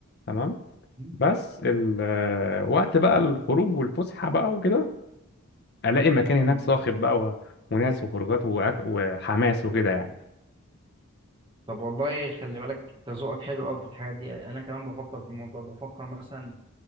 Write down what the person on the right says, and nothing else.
مم.
مم.
طب والله خلي بالك انت ذوقك حلو قوي في الحاجات دي انا كمان بفكر في الموضوع بفكر مثلا